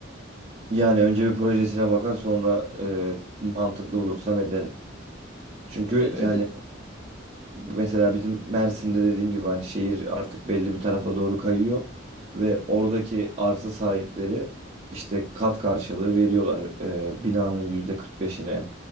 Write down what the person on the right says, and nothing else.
Yani önce bir projesine bakar sonra e, mantıklı bulursam ederim. Çünkü
yani
Mesela bizim Mersin'de dediğim gibi hani şehir artık belli bir tarafa doğru kayıyor ve oradaki arsa sahipleri işte kat karşılığı veriyorlar e, binanın yüzde 45'ine